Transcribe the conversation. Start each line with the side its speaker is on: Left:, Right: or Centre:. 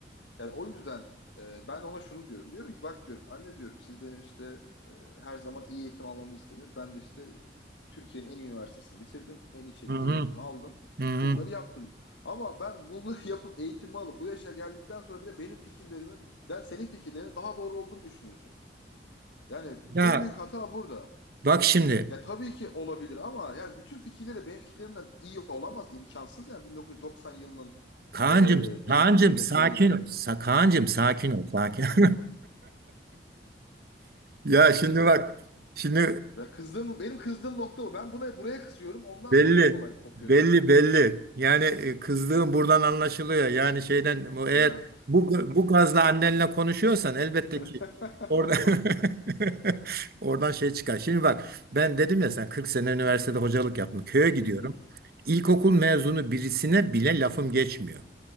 Left: Yani o yüzden e, ben ona şunu diyorum. Diyorum ki bak diyorum anne diyorum siz benim işte e, her zaman iyi eğitim almamı istediniz. Ben de işte Türkiye'nin en iyi üniversitesini bitirdim. En iyi şekilde
Right: Hı hı.
Left: eğitimimi aldım.
Right: Hı hı.
Left: Bunları yaptım. Ama ben bunları <laughs> yapıp eğitimi alıp bu yaşa geldikten sonra bile benim fikirlerimden senin fikirlerinin daha doğru olduğunu düşünüyorsun. Yani
Right: Ya
Left: en büyük hata burada.
Right: bak şimdi
Left: Ya tabii ki olabilir ama yani bütün fikirleri de benim fikirlerimden iyi olamaz, imkansız yani 1990 yılının
Right: Kaan'cığım,
Left: e, eğitimiyle
Right: Kaan'cığım sakin
Left: şeyiyle
Right: ol. Sa Kaan'cığım sakin ol, sakin. <laughs> Ya şimdi bak, şimdi
Left: Ve kızdığım, benim kızdığım nokta bu. Ben buna buraya kızıyorum. Ondan
Right: Belli,
Left: sonra kolay kopuyor
Right: belli,
Left: zaten.
Right: belli. Yani e, kızdığın buradan anlaşılıyor. Yani şeyden bu eğer
Left: Ha.
Right: bu bu gazla annenle konuşuyorsan elbette
Left: <laughs>
Right: ki orada <laughs> oradan şey çıkar. Şimdi bak ben dedim ya sen 40 sene üniversitede hocalık yaptım. Köye gidiyorum.
Left: Hı hı,
Right: İlkokul mezunu birisine bile lafım geçmiyor.